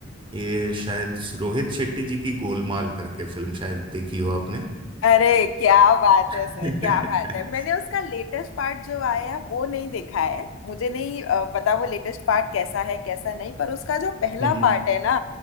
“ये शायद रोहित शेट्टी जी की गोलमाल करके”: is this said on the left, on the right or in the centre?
Right